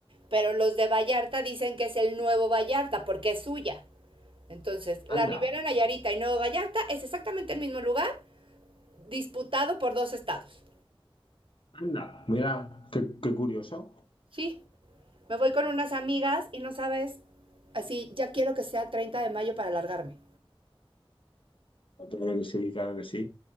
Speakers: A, on the right; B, on the left.
A: pero los de Vallarta dicen que es el nuevo Vallarta, porque es suya. Entonces,
B: Anda,
A: la Ribera Nayarita y Nuevo Vallarta es exactamente el mismo lugar, disputado por dos estados.
B: anda, mira, qué, qué curioso.
A: Sí, me voy con unas amigas y no sabes, así ya quiero que sea 30 de mayo para largarme.
B: Claro que sí, claro que sí.